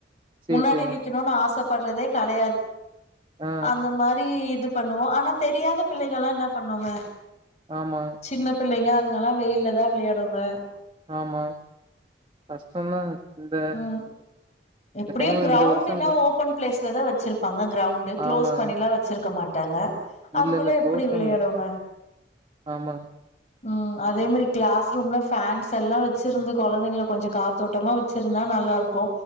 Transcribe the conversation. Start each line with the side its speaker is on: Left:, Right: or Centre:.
Right: சேரி
Left: முன்னாடி
Right: செரிங்க
Left: நிக்கணும்னு ஆசைப்பட்றதே கடையாது
Right: ஆ
Left: அந்த மாரி இது பண்ணுவோம் ஆனா தெரியாத பிள்ளைங்கலாம் என்ன பண்ணுங்க
Right: ஆமா
Left: சின்ன பிள்ளைங்க அதுங்கல்லா வெயில்ல தா விளாடுங்க
Right: ஆமா கஷ்டதா இந்த
Left: ம் எப்டியு
Right: இந்த டைம்
Left: கிரௌண்ட்னா
Right: இந்த வருஷம் இல்ல
Left: ஓ ஓப்பன் பிளேஸ்ல தா வச்சுருப்பாங்க க்ரௌண்டு க்ளோஸ்
Right: ஆமாங்க
Left: பண்ணிலா வச்சுருக்க மாட்டாங்க அதுக்குள்ள
Right: இல்ல இல்ல
Left: எப்டி
Right: க்ளோஸ்
Left: விளாடுவாங்க
Right: நம்மளுக்கு ஆமாங்க
Left: ம் அதே மாரி கிளாஸ் ரூம்ல ஃபேன்ஸலா வச்சிருந்து கொழந்தைங்கள கொஞ்சோ காத்தோட்டமா வச்சிருந்தா நல்லாருக்கு